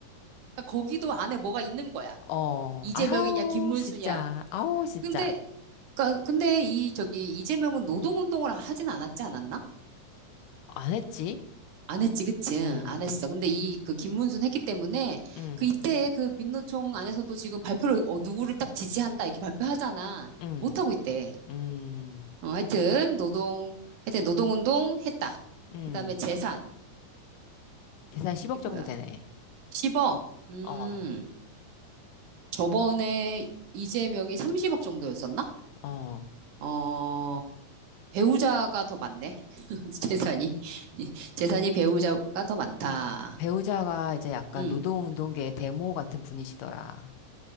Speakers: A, on the right (about 70°); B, on the left (about 80°).
A: 그러니까 거기도 안에 뭐가 있는 거야.
B: 어,
A: 이재명이냐,
B: 아우,
A: 김문수냐,
B: 진짜, 아우, 진짜.
A: 근데, 그러니까 근데 이 저기 이재명은 노동운동을 하진 않았지 않았나?
B: 안 했지?
A: 안 했지, 그치?
B: 음,
A: 안 했어. 근데 이 그 김문순 했기 때문에
B: 음,
A: 그 이때 그 민노총 안에서도 지금 발표를 어, 누구를 딱 지지한다 이렇게 발표하잖아.
B: 음,
A: 못 하고 있대.
B: 음,
A: 어, 하여튼 노동 하여튼 노동운동 했다.
B: 음.
A: 그다음에 재산
B: 계산 10억
A: 이 뭐야?
B: 정도 되네.
A: 10억. 음
B: 어,
A: 저번에 이재명이 30억 정도였었나?
B: 어.
A: 어, 배우자가 더 많네. <laughs> 재산이. <laughs> 재산이 배우자가 더 많다.
B: 배우자가 이제 약간
A: 응.
B: 노동운동계 대모 같은 분이시더라.